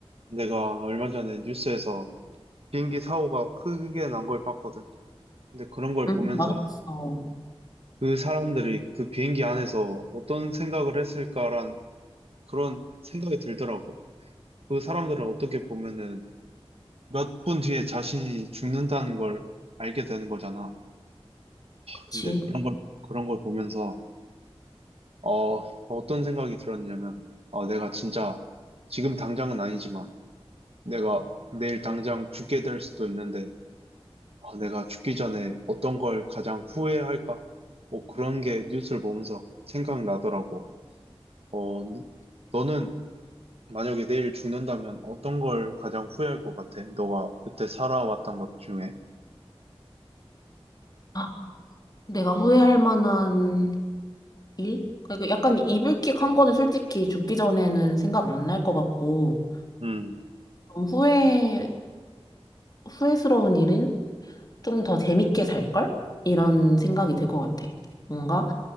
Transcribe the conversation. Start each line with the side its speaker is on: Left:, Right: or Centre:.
Right: 내가 얼마 전에 뉴스에서 비행기 사고가 크게 난 걸 봤거든. 근데 그런 걸
Left: 음,
Right: 보면서
Left: 나도 봤어.
Right: 그 사람들이 그 비행기 안에서 어떤 생각을 했을까란 그런 생각이 들더라고. 그 사람들은 어떻게 보면은 몇 분 뒤에 자신이 죽는다는 걸 알게 되는 거잖아.
Left: 그치.
Right: 근데 그런 걸, 그런 걸 보면서, 어, 어떤 생각이 들었냐면, 어, 내가 진짜 지금 당장은 아니지만 내가 내일 당장 죽게 될 수도 있는데 아, 내가 죽기 전에 어떤 걸 가장 후회할까? 뭐 그런 게 뉴스를 보면서 생각나더라고. 어, 너는 만약에 내일 죽는다면 어떤 걸 가장 후회할 것 같아? 너가 그때 살아왔던 것 중에.
Left: 아, 내가 후회할 만한 일? 그러니까 약간 이불킥 한 거는 솔직히 죽기 전에는 생각 안 날 것 같고,
Right: 음,
Left: 좀 후회, 후회스러운 일은 좀 더 재밌게 살걸? 이런 생각이 들 것 같아. 뭔가